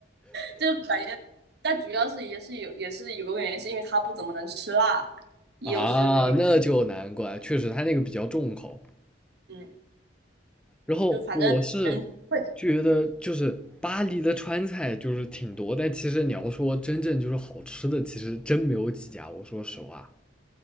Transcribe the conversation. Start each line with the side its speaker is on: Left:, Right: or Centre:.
Right: <laughs> 感觉但主要是也是有也是有个原因，是因为他不怎么能吃辣，也有是这个原
Centre: 啊。那就难怪，确实它那个比较重口。
Right: 因，嗯
Centre: 然后我是
Right: 就反正人会，
Centre: 觉得，就是巴黎的川菜就是挺多，但其实你要说真正就是好吃的，其实真没有几家。我说实话，